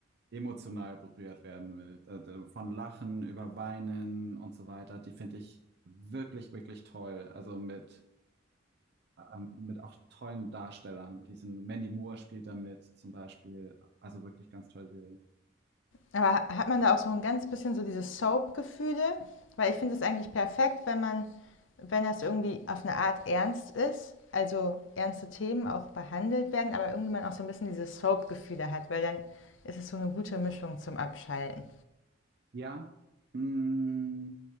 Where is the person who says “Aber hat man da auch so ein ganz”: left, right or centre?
Left